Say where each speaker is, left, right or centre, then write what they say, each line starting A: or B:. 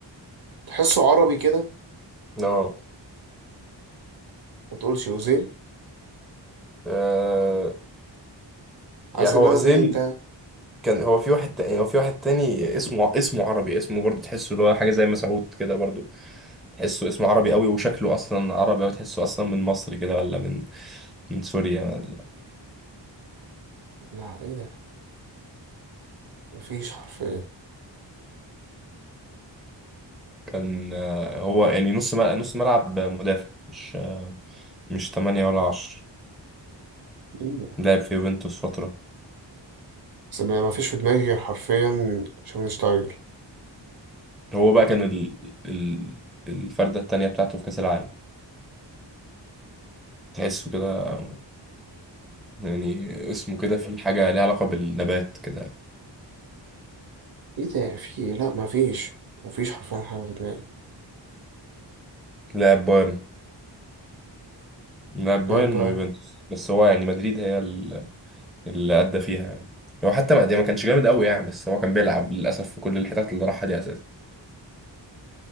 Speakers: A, on the right (about 55°); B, in the centre.
A: وتحسه عربي كده
B: اه
A: ما تقولش اوزيل
B: آه، يعني
A: حاسس ان
B: هو
A: انا
B: اوزيل
A: فين انت
B: كان هو في واحد تاني هو في واحد تاني اسمه اسمه عربي اسمه برضه تحسه اللي هو حاجه زي مسعود كده برضه تحسه اسمه عربي قوي وشكله اصلا عربي أوي تحسه اصلا من مصر كده ولا من من سوريا
A: لا ايه ده مفيش حرفيا
B: كان آه، هو يعني نص ملعب نص ملعب مدافع مش آه، مش 8 ولا 10
A: مين ده؟
B: لعب في يوفنتوس فترة
A: بس ما مفيش في دماغي غير حرفيا شوفنشتايجر
B: هو بقى كان ال... ال... الفردة التانية بتاعته في كأس العالم تحسه كده يعني اسمه كده في حاجة ليها علاقة بالنبات كده
A: ايه ده في إيه؟ لا مفيش مفيش حرفيا حاجه في دماغي
B: لاعب بايرن لاعب
A: لا
B: بايرن
A: بار
B: ويوفنتوس بس هو يعني مدريد هي ال- اللي أدى فيها يعني هو حتى ما يعني ما كانش جامد قوي يعني بس هو كان بيلعب للأسف في كل الحتات اللي راحها دي أساسا